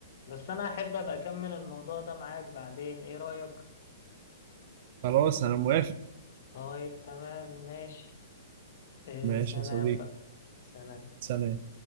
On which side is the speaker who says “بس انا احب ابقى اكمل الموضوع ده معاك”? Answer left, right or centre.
Left